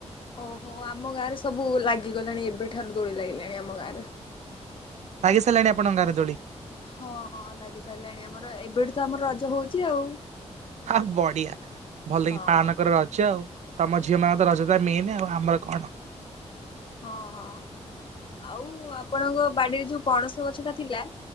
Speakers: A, on the left; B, on the right.
A: ଓହୋ, ଆମ ଗାଁରେ ସବୁ ଲାଗିଗଲାଣି ଏବେଠାରୁ ଦୋଳି ଲାଗିଲାଣି ଆମ ଗାଁରେ।
B: ଲାଗିସାରିଲାଣି ଆପଣଙ୍କ ଗାଁରେ ଦୋଳି?
A: ହଁ, ହଁ ଲାଗି ସାରିଲାଣି ଆମର ଏବେଠୁ ତ ଆମର ରଜ ହଉଛି ଆଉ।
B: ଆ, ବଡିଆ ଭଲ
A: ହଁ।
B: କି ପାଳନ କର ରଜ ଆଉ। ତୋମ ଝିଅମାନଙ୍କର ରଜ ଟା ମେନେ ଆଉ ଆମର କଣ।
A: ହଁ, ହଁ ଆଉ ଆପଣଙ୍କ ବାଡିରେ ଯୋଉ ପଣସ ଗଛଟା ଥିଲା